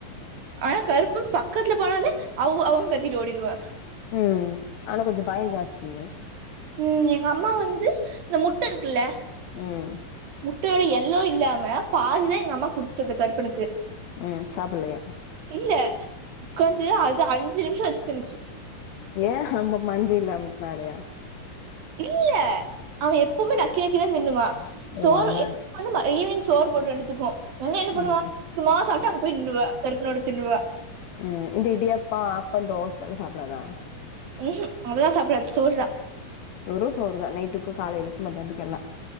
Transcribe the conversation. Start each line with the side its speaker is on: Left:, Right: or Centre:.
Right: ஆனா கருப்பு பக்கத்துல போனாலே அவ் அவ்னு கத்திட்டு ஓடிருவா
Left: ம் ஆனா கொஞ்சோ பயோ ஜாஸ்தி
Right: ம் எங்க அம்மா வந்து இந்த முட்ட இருக்குல்ல
Left: ம்
Right: முட்டையோட எல்லோ இல்லாம பாதிதா எங்க அம்மா குடுத்துச்சு அந்த கருப்பனுக்கு
Left: ம் சாப்பில்லயா
Right: இல்ல உக்காந்து அது அஞ்சு நிம்ஷோ வெச்சு தின்னுச்சு
Left: ஏ ஆமா மஞ்சயில்லா மிட்னாலயா
Right: இல்ல அவ எப்பவுமே நக்கி நக்கிதா தின்னுவா சோறு
Left: ஓ அதனால
Right: எ வந்து ஈவினிங் சோரு போடு ரெண்டுத்துக்கு என்ன என்ன பண்ணுவா
Left: ம்
Right: மாசாட்டு அங்க போய் நின்னுருவ கருப்பனோட தின்னுருவ
Left: ம் இந்த இடியப்போ ஆப்போ தோசலா சாப்டாதா
Right: ம் ஹு அதெல்லா சாப்டாது சோறு தா
Left: வெறு சோறு தா நைட்டுக்கு காலைலைக்கு மந்தியானத்துக்குயெல்லா